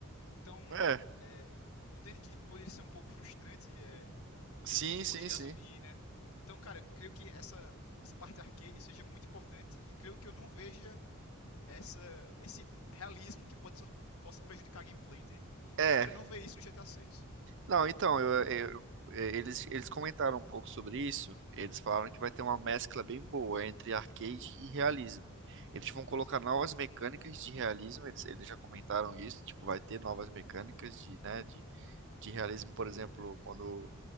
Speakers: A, on the left; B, on the right.
A: Então,
B: É,
A: é, entende que poderia ser um pouco frustrante é, ir
B: sim,
A: pro posto
B: sim,
A: de gasolina.
B: sim.
A: Então, cara, eu creio que essa, essa parte arcade seja muito importante e creio que eu não veja essa, esse realismo que pode, possa prejudicar a gameplay, entende?
B: É,
A: Espero não ver isso no GTA 6.
B: Não, então, eu, eu- eh, eles, eles comentaram um pouco sobre isso. Eles falaram que vai ter uma mescla bem boa entre arcade e realismo. Eles vão colocar
A: Sim,
B: novas mecânicas de realismo, eles, eles já comentaram isso, tipo, vai ter novas mecânicas de, né, de, de realismo, por exemplo, quando